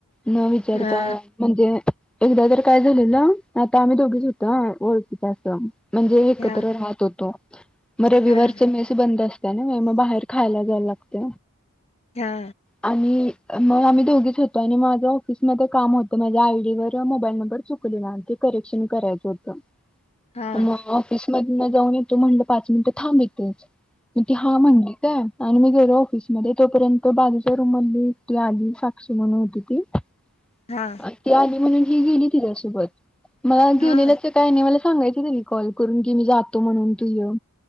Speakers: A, in the centre; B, on the left.
A: न विचारता
B: हा
A: म्हणजे एकदा तर काय झालेल आता आम्ही दोघीच होत ओळखीच आस म्हणजे एकत्र
B: हा
A: राहत होतो. मग रविवारचे
B: हा
A: मेस बंद असतते ना मग बाहेर खायला लाग
B: हा
A: आणि मग आम्ही दोघीच होतो आणि माझ ऑफिस मध्ये काम होतं माझ्या आयडी व मोबाईल नंबर चुकलेला ते करेक्शन करायचं होतं.
B: हा
A: मग ऑफिस मधन जाऊन येतो. म्हणलं पाच मिनिट थांब येतेच. ती हा म्हणली काय आणि मी गेलो ऑफिसमध्येध्ये तोपर्यंत बाजूच्या रूम मधली ती आली साक्षी म्हणून होती ती ती
B: हा
A: आली म्हणून ही गेली तिच्यासोबत मला
B: हा
A: गेलेलंच काय नाही मला सांगायच त कॉल करून की मी जातो म्हणून तू य